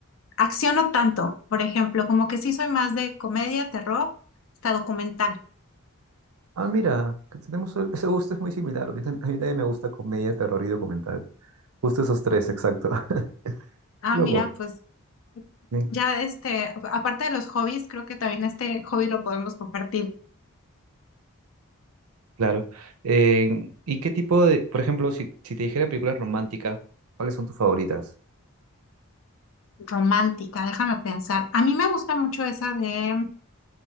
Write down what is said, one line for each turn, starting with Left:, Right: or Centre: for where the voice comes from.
Left: Acción no tanto, por ejemplo, como que sí soy más de comedia, terror, hasta documental.
Right: Ah, mira, que tenemos e- ese gusto es muy similar. A mí tam- a mí también me gusta comedia, terror y documental. Justo esos tres, exacto. <laughs>
Left: Ah,
Right: Loco.
Left: mira, pues
Right: Sí,
Left: ya este, aparte de los hobbies, creo que también este hobby lo podemos compartir,
Right: Claro. Eh, ¿y qué tipo de, por ejemplo, si, si te dijera películas románticas, ¿cuáles son tus favoritas?
Left: romántica, déjame pensar. A mí me gusta mucho esa de...